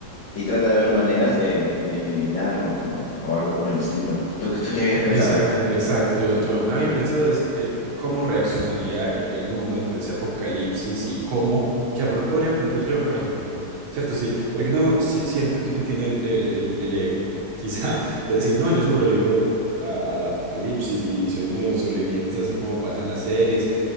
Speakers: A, on the left; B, on the right.
A: y trata de ver maneras de, de eliminarlos, ¿no? O algo por el estilo. ¿Tú, qué- tú qué habías pensado?
B: Exacto, exacto. Yo, yo me había pensado es, eh, cómo reaccionaría e- el mundo ante ese apocalipsis y cómo, qué rol podría cumplir yo, por ejemplo. ¿Cierto? Sí, porque uno si- siento que uno tiene el, el- el- el ego, <laughs> quizá, de decir, no, yo sobrevivo a- al apocalipsis y, y soy uno de los sobrevivientes, así como pasa en las series.